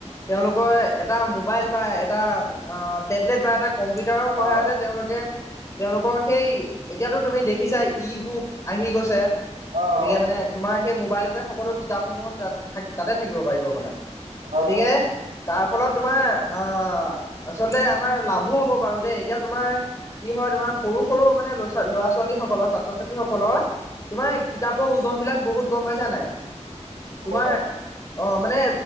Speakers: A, on the left; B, on the right.
A: তেওঁলোকৰ এটা মোবাইল বা এটা অঁ টেবলেট বা এটা কম্পিউটাৰৰ সহায়তে
B: হয়
A: তেওঁলোকে তেওঁলোকৰ সেই এতিয়াতো তুমি দেখিছাই ই বুক আহি গৈছে।
B: অ
A: গতিকে মানে
B: দেখিছো
A: তোমাৰ সেই মোবাইলতে সকলো কিতাপ সমূহ তাত তাতে থাকিব পাৰিব মানে।
B: হয়
A: গতিকে তাৰ ফলত তোমাৰ আঁহ আচলতে আমাৰ লাভো হ'ব বাৰু দেই এতিয়া তোমাৰ কি হয় তোমাৰ সৰু সৰু মানে ল'ৰা ছোৱালী সকলৰ ছাত্ৰ ছাত্ৰীসকলৰ তোমাৰ কিতাপৰ ওজন বিলাক বহুত গম পাইছা নাই।
B: বহুত
A: তোমাৰ অঁ মানে